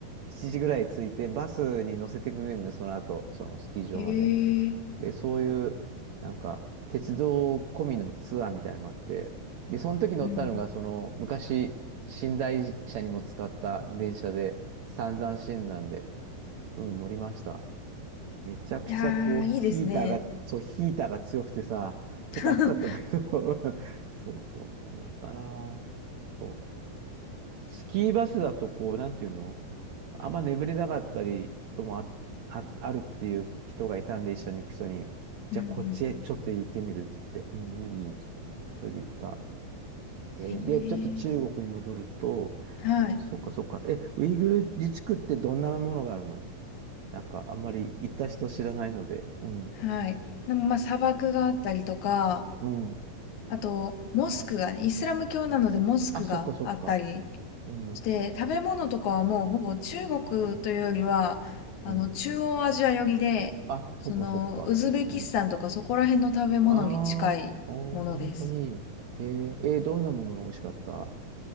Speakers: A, on the right; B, on the left.
A: 7時ぐらい着いて、バスに乗せてくれるんで、その後、そのスキー場まで。
B: へえ、
A: で、そういう、なんか、鉄道込みのツアーみたいなのがあって、で、その時乗ったのが、
B: うんうん。
A: その、昔、寝台車にも使った電車で、三段診断で、うん、乗りました。めちゃくちゃ、
B: いやー、
A: こう、ヒーターが、
B: いいですね。
A: そう、ヒーターが強くてさ、ちょっと暑かったんだけど、
B: <laughs>
A: <laughs> そうそうそう、乗ったなぁ。そう。スキーバスだとこう、なんていうのあんま眠れなかったりともあ、あ、あるっていう人がいたんで、一緒に行く人に、
B: うんうん。
A: じゃあこっちへちょっと行ってみるっつって、うん、いいっつって、それで行った。えーで、
B: へえ、
A: ちょっと中国に戻ると、
B: はい。
A: そっかそっか、え、ウイグル自治区ってどんなものがあるのなんかあんまり行った人知らないので、うん、
B: はい。でもまあ砂漠があったりとか、
A: うん。
B: あと、モスクがね、イスラム教なのでモスクがあったり
A: あ、そっかそっか、うん、
B: して、食べ物とかはもうほぼ中国というよりは、あの、
A: うん。
B: 中央アジア寄りで、
A: あ、そっかそっか、
B: その、ウズベキスタンとかそこら辺の食べ物に近いものです。
A: うん。あーあー、本当に。えー、えーどんなものが美味しかった